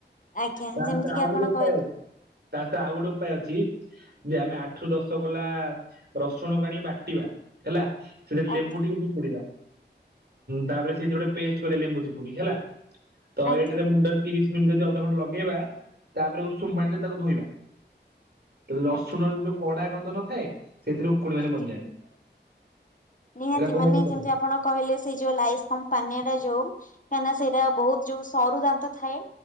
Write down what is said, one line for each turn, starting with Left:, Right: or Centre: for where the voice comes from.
Left: ଆଜ୍ଞା
Right: ତା ସହିତ
Left: ଯେମିତି କିି
Right: ଆଉ
Left: ଆପଣ
Right: ଗୋଟେ ଉପାୟ
Left: କହିଲେ
Right: ଅଛି ତା ସହିତ ଆଉ ଗୋଟେ ଉପାୟ ଅଛି ଯେ ଆମେ ଆଠ ରୁ ଦଶ କଲା ରସୁଣକୁ ଆଣି ବାଟିବା। ହେଲା ସେଥିରେ ଲେମ୍ବୁ
Left: ଆଜ୍ଞା
Right: ଟିକେ ଚିପୁଡ଼ିବା। ତାପରେ ସେଇଟି ଗୋଟେ ପେଷ୍ଟ କରିବା ଲେମ୍ବୁ ଚିପୁଡିକି ହେଲା। ତ
Left: ଆଜ୍ଞା
Right: ଏଇଠରେ ମୁଣ୍ଡ ଯଦି ଅଧଘଣ୍ଟ ଲଗେଇବା ତାପରେ ଉଷୁମ ପାଣିରେ ତାକୁ ଧୋଇବା। ତୁ ରସୁଣ
Left: ଆଜ୍ଞା
Right: ରେ ଯୋଉ କଡା ଗନ୍ଧ ନଥାଏ, ସେଥିରୁ ଉକୁଣୀ ମାନେ
Left: ଆଜ୍ଞା।
Right: ମରିଯାଆନ୍ତି।
Left: ନିହାତି
Right: ଏଇଟା ଘରୋଇ
Left: ମାନେ
Right: ପଦ୍ଧତି
Left: ଯେମିତି ଆପଣ କହିଲେ, ସେଇ ଯୋଉ ଲାଇସ୍ କମ ପାନିଆ ଟା ଯୋଉ କାହିଁକି ନା ସେଇଟା ବହୁତ ଯୋଉ ସରୁ ଦାନ୍ତ ଥାଏ